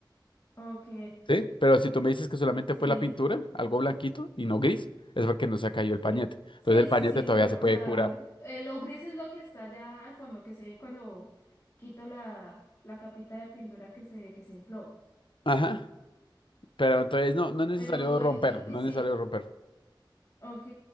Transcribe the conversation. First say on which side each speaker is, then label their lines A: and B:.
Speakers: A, on the left (about 35°); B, on the left (about 75°).
A: ok,
B: ¿sí? Pero si tú me dices que solamente
A: sí,
B: fue la pintura, algo blanquito y no gris, es porque no se ha caído el pañete.
A: sí,
B: Entonces el
A: sí,
B: pañete
A: sí, es
B: todavía
A: ese.
B: se
A: O
B: puede
A: sea,
B: curar.
A: eh, lo gris es lo que está allá al fondo, que se ve cuando quito la, la capita de pintura que se, que se infló.
B: Ajá, pero entonces no, no es necesario
A: Pero,
B: romper,
A: y, y
B: no
A: sí,
B: es necesario romper.
A: ok.